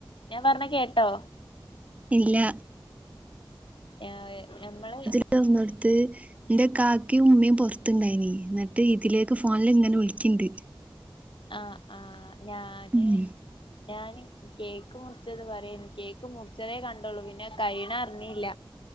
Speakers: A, on the left (about 70°); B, on the right (about 15°).
A: ഞാൻ പറഞ്ഞ കേട്ടോ?
B: ഇല്ല.
A: ആ നമ്മള്
B: <unintelligible> നടത്ത്.. ഇന്റെ കാകിം, ഇമ്മിം പുറത്തണ്ടായിനി, എന്നിട്ട് ഇതിലേക്ക് ഫോണിൽ ഇങ്ങനെ വിളിക്കണ്ട്.
A: ആ ആഹ് ഞാന്..
B: ഉം
A: ഞാന് കേക്ക് മുറിച്ചത് പറയായിരു കേക്ക് മുറിച്ചതേ കണ്ടുള്ളു, പിന്നെ കഴണ അറിഞ്ഞില്ല.